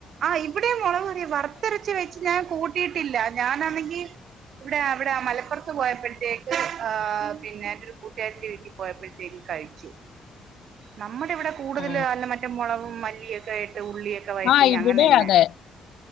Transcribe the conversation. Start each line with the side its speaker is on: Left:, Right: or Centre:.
Right: ആഹ് ഇവിടേം മൊളക്കറിയാ വറത്തരച്ച് വെച്ച് ഞാൻ കൂട്ടിയിട്ടില്ല ഞാനന്നെങ്കി ഇവിടെ അവിടെ ആ മലപ്പൊർത്ത് പോയപ്പോഴത്തേക്ക് ആഹ് പിന്നെ എന്റൊരു കൂട്ടാരിന്റെ വീട്ടി പോയപ്പെഴത്തേക്ക് കഴി ച്ചു നമ്മടെ ഇവിടെ കൂട്തല്
Left: ആ
Right: നല്ല മറ്റേ മൊളകും മല്ലിയൊക്കെ യിട്ട് ഉള്ളിയൊക്കെ വഴറ്റി
Left: ആഹ് ഇവിടേ
Right: അങ്ങനെ തന്നെ
Left: അതെ